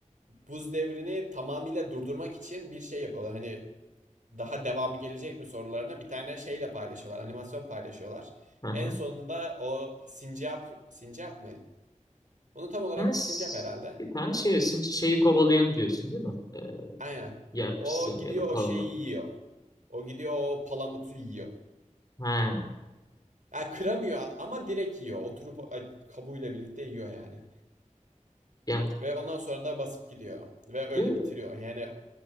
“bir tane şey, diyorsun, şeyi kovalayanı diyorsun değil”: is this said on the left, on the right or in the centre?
Left